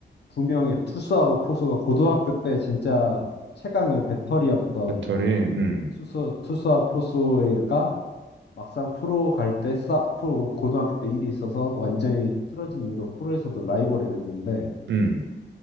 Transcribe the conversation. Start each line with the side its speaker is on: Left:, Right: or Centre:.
Left: 두 명의 투수하고 포수가 고등학교 때 진짜 최강의 배터리였던
Right: 배터리, 음,
Left: 투수, 투수와 포수가 막상 프로 갈 때 싸, 프로 고등학교 때 일이 있어서 완전히 틀어진 이유로 프로에서도 라이벌이 됐는데
Right: 음,